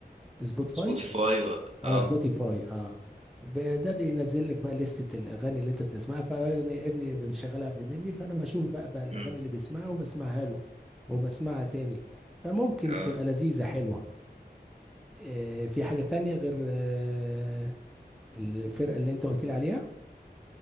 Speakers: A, in the centre; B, on the right.
A: سبوتيفاي
B: سبوتيفاي و...
A: اه
B: اه
A: سبوتيفاي اه ب- ده بينزل لك بقى لستة الاغاني اللي انت بتسمعها فابني ابني بيشغلها قبل مني فانا بشوف بقى, بقى الاغاني
B: مم.
A: اللي بيسمعها وبسمعها له وبسمعها تاني فممكن
B: اه
A: تبقى لذيذة حلوة آه في حاجة تانية غير آه الفرقة اللي انت قلت لي عليها